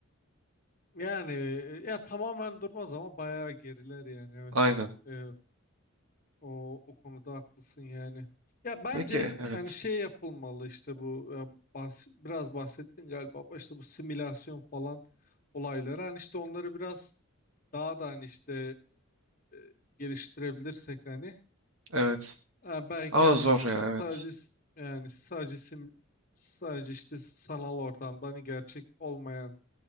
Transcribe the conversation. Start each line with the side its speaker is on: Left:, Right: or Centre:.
Left: Yani e, ya tamamen durmaz ama bayağı geriler yani evet
Right: Aynen.
Left: hani. e, O, o konuda haklısın yani. Ya bence
Right: Peki evet.
Left: hani şey yapılmalı işte bu e, bahs- biraz bahsettin galiba başta bu simülasyon falan olayları hani işte onları biraz daha da hani işte e, geliştirebilirsek hani
Right: Evet.
Left: e, belki
Right: Ama
Left: yani
Right: zor
Left: sadece
Right: ya evet.
Left: s- yani sadece sim sadece işte sanal ortamda hani gerçek olmayan